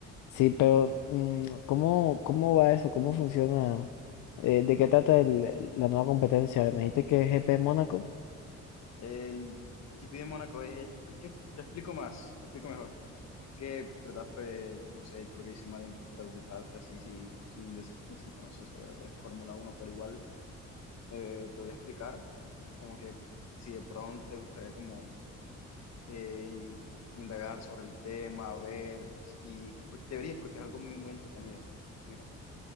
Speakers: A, on the left (about 75°); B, on the left (about 60°).
A: sí, pero mm, ¿cómo, cómo va eso? ¿Cómo funciona? Eh, ¿de qué trata el- la nueva competencia? Me dijiste que es GP Mónaco.
B: El GP de Mónaco es, es que te explico más, te explico mejor. Es que, ¿verdad? Pre- no sé, creo que hice mal en preguntarte así, si, sin decirte si conoces sobre Fórmula uno pero igual eh, te voy a explicar, como que si de pronto te gustaría como eh, indagar sobre el tema, ver, y porque- deberías porque es algo muy, muy entretenido. Mira,